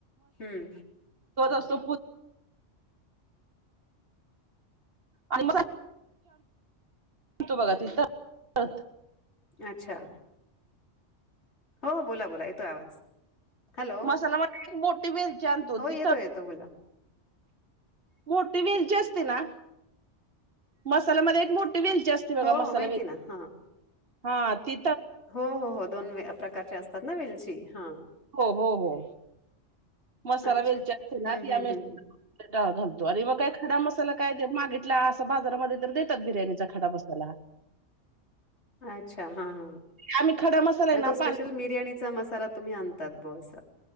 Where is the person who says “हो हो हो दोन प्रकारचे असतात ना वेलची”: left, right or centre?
Left